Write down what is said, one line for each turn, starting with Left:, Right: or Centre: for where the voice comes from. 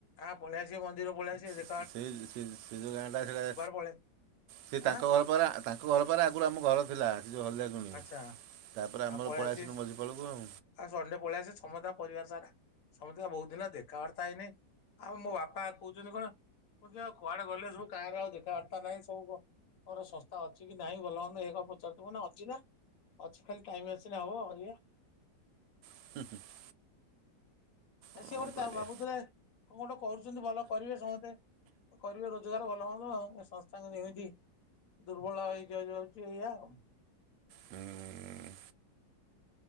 Left: ଆ ପଳାଇ ଆସିବ ମନ୍ଦିରକୁ, ପଳେଇ ଆସିବ। ଦେଖ
Right: ସେ ଗାଁା ସୋ
Left: ପଳେଇ
Right: ସେ ତାଙ୍କଳ
Left: ଆଁ
Right: <unintelligible> ତାଙ୍କ ଘର ପରେ ଆଗରୁ ଆମ ଘର ଥିଲା। ସେ ଯୋଉ ହ ହୁଁ,
Left: ଆଚ୍ଛା
Right: ତାପରେ ଆମର
Left: ଆ ପଳେଇ
Right: ପଳାଇ
Left: ଆସିବେ
Right: ଆସିଲୁ ମଝିପାଳକୁ ଆଉ।
Left: ଆଉ ସଣ୍ଡେ ପଳେଇଆସ, ସମସ୍ତେ ପରିବାର ସାରା। ସମସ୍ତେ ବହୁତ ଦିନ ହେଲା ଦେଖା ବାର୍ତ୍ତା ହେଇନି, ଆଉ ମୋ ବାପା କହୁଛନ୍ତି କଣ ମ <inaudible> କୁଆଡେ ଗଲେ ସବୁ କାଆର ଆଉ ଦେଖା ବାର୍ତା ନାହିଁ ସବୁ କଁ। ମୋର ଶସ୍ତା ଅଛି କି ନାହିଁ ଭଲମନ୍ଦ ଏ କଁ ପଚାରୁଥିବୁ ନା କଣ। ଚିନା ଅଛି ଖାଲି ଟାଇମ୍ ଆସିଲେ ହବ ଆଜ୍ଞା।
Right: <inaudible>
Left: ଆ
Right: କ'ଣ
Left: ସିଏ ଗୋଟେ
Right: କରିବା
Left: ତା ଭାବୁଥିବେ କଣ ଗୋଟେ କରୁଚନ୍ତି ଭଲ କରିବେ ସମେତେ କରିବେ ରୋଜଗାର ଭଲ ମନ୍ଦ ଏ ସଂସ୍ଥା କିନ୍ତୁ ଏମିତି। ଦୁର୍ବଳ ହେଇକି ଯାଇ ଯାଉଛି ଏୟା ଆଉ।
Right: ହୁଁ